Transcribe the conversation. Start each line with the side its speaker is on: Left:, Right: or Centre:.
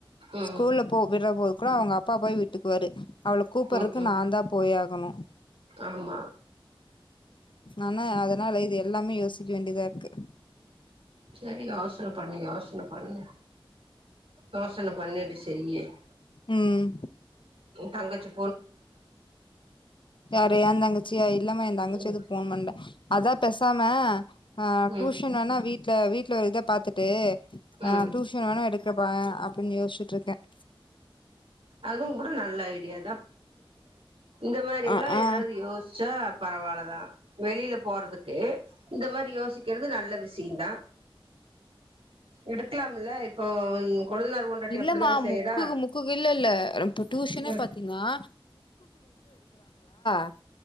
Right: ம்
Left: ஸ்கூல்ல போ விற போகுமஹங கூட அவங்க அப்பா போய் வீட்டுக்குவரு அவ்ள கூப்பிடறக்கு
Right: ம் ம்
Left: நான் தான் போயாகணும்
Right: ஆமா
Left: ஆனா அதனால இது எல்லாமே யோசிக்க வேண்டியதா இருக்கு
Right: சரி யோசனை பண்ணி யோசனை பண்ணு தோசனை பண்ணிட்டு செய்யேன்
Left: உம்
Right: தங்கச்சு
Left: யார அந்த தங்கச்சியா இல்லாம எ தங்கச்சிய
Right: ம்
Left: எது போகண மாேன் அதான் பெசாம ஆஹ்
Right: ம்
Left: டியூஷன் வேணா வீடல வீல ஒரு இதை பாரத்துட்டு தே
Right: ம்
Left: ஆஹ் டியூஷன் வேணும் எடுக்க இரு பாயன் அப்படின்னு யோசிச்சுட்டு இருக்கேன்
Right: அதுவும் கூட நல்ல ஐடியா இந்த மாதிரி
Left: ஆ
Right: எல்லாம்
Left: ஆ
Right: ஏதாவது யோசிச்சா பரவாலதான் வெளியில போறதுக்கு இந்த மாதிரி யோசிக்கிறது நல்ல விஷயம்தான் எடுக்கலாம்ல இப்போ கொழுந்துனர் பொண்டாட்டி
Left: இல்லமா
Right: அப்படித்தான செய்யறா
Left: முக்குக்கு முக்குக்கு இல்ல இல்லப்ப டியூசனே
Right: ம்
Left: பாத்தீங்கன்னா <unintelligible>